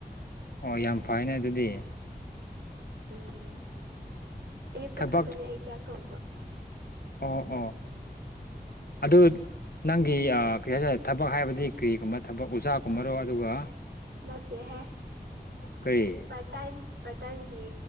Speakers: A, on the left; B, on the right.
A: ꯑꯣ ꯌꯥꯝ ꯐꯥꯏꯅꯦ ꯑꯗꯨꯗꯤ
B: ꯎꯝ ꯑꯌꯨꯛꯇ
A: ꯊꯕꯛ
B: ꯈꯛꯇꯅꯤ ꯑꯩ ꯆꯥꯛ ꯊꯣꯡꯕ
A: ꯑꯣ ꯑꯣ ꯑꯗꯨ__ ꯅꯪꯒꯤ ꯑꯥ ꯀꯔꯤ ꯍꯥꯏꯇꯥꯔꯦ ꯊꯕꯛ ꯍꯥꯏꯕꯗꯤ ꯀꯩꯒꯨꯝꯕ ꯊꯕꯛ ꯑꯣꯖꯥꯀꯨꯝꯕꯔꯣ ꯑꯗꯨꯒ
B: ꯅꯠꯇꯦꯍꯦ
A: ꯀꯔꯤ
B: ꯄꯥꯔ ꯇꯥꯏꯝ ꯄꯥꯔ ꯇꯥꯏꯝꯒꯤ